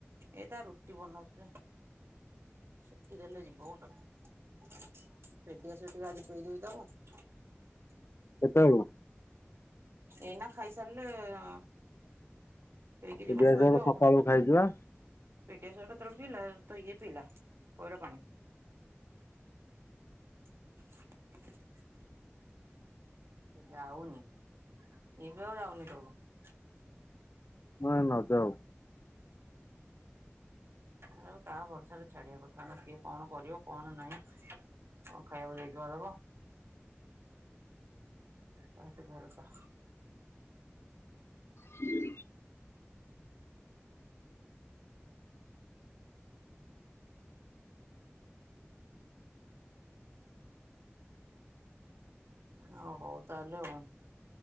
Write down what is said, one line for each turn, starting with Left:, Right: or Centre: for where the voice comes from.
Right: ଏ ତା ରୁଟି ବନଉଥିଲି ସେକିଦେଲେ ଯିବ ଗୋଟେ ପେଡି ଆସିବ ଟିକେ ଆଜି ପୁରେଇ ଦବୁକି ତାର
Left: କେତଳେ
Right: ଏନା ଖାଇସାରିଲେ ଉ ଏଇକି
Left: ଦିଦି
Right: ଯିବ
Left: ଆସିବାର
Right: ଶୋଇବ ଆଉ
Left: ସକାଳୁ ଖାଇଛି ବା
Right: ପେଟିଆ ସର କେତେବେଳେ ପିଇଲା ତ ଇଏ ପିଇଲା ପଇଡ ପାଣି। <inaudible> ସେ ଯାଉନି ଏବେ ଆଉ ଯାଉନି ତଳକୁ
Left: ହ ନ ଯାଉ
Right: ଆରେ ତା ବର୍ଷାରେ ଛାଡିବା କଥା ନୁହେଁ କିଏ କଣ କରିବ କଣ ନାହିଁ କଣ ଖାଇବାକୁ ଦେଇକି ବା ଦବ ତାଠ ଭରସା
Left: ହୁଁ
Right: ଆଉ ହଉ ତାହେଲେ ହଉ